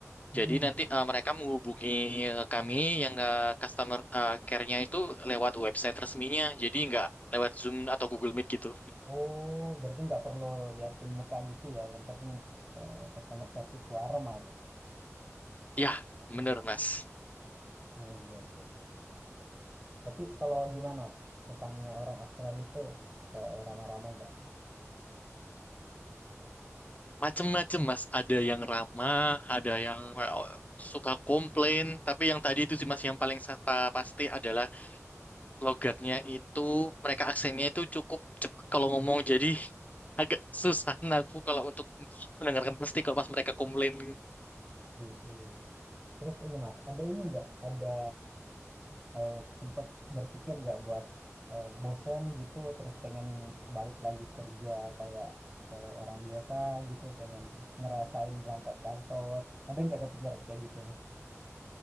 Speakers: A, on the right; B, on the left.
A: Hmm.
B: Jadi nanti eh, mereka menghubungi eh, kami yang eh, customer eh, care-nya itu lewat website resminya. Jadi nggak lewat Zoom atau Google Meet gitu.
A: oh berarti nggak perlu liatin muka gitu ya yang penting eh, customer service suara malah
B: Ya, bener Mas.
A: oh iya iya iya Tapi kalau gimana Mas? kesannya orang Australia itu eh, ramah-ramah nggak?
B: Macem-macem mas, ada yang ramah, ada yang kayak, oh, suka komplain, tapi yang tadi itu sih mas yang paling sa- pa- pasti adalah logatnya itu, mereka aksennya itu cukup cepat kalau ngomong, jadi agak susah <laughs> aku kalau untuk mendengarkan pasti kalau pas mereka komplain.
A: Di- Terus ini Mas, ada ini nggak? Ada eh, sempat berpikir nggak buat eh, bosen gitu, terus pengen balik lagi kerja kayak eh, orang biasa gitu, pengen ngerasain berangkat kantor. Ada nggak kepikiran kayak gitu Mas?